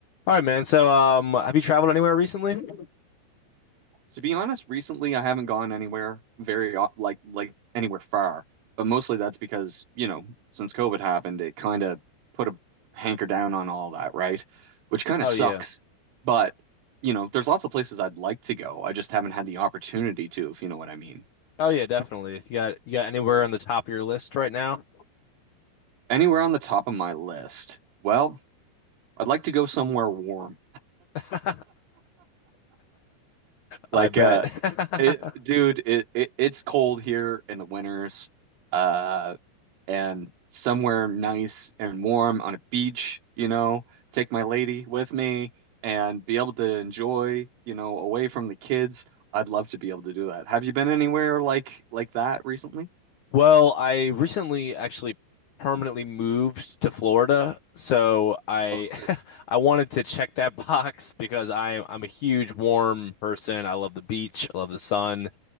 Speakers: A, on the left; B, on the right.
A: All right, man. So, um, have you traveled anywhere recently?
B: To be honest, recently I haven't gone anywhere very o- like like anywhere far, but mostly that's because, you know, since COVID happened, it kind of put a hanker down on all that, right? Which kind
A: Oh
B: of sucks.
A: yeah.
B: But, you know, there's lots of places I'd like to go. I just haven't had the opportunity to, if you know what I mean.
A: Oh yeah, definitely. You got you got anywhere on the top of your list right now?
B: Anywhere on the top of my list. Well, I'd like to go somewhere warm.
A: <laughs> I
B: Like
A: bet.
B: uh
A: <laughs>
B: it, dude, it, it it's cold here in the winters. Uh and somewhere nice and warm on a beach, you know, take my lady with me and be able to enjoy, you know, away from the kids. I'd love to be able to do that. Have you been anywhere like like that recently?
A: Well, I recently actually permanently moved to Florida, so I
B: Oh, sick.
A: <laughs> I wanted to check that <laughs> box because I I'm a huge warm person. I love the beach, I love the sun.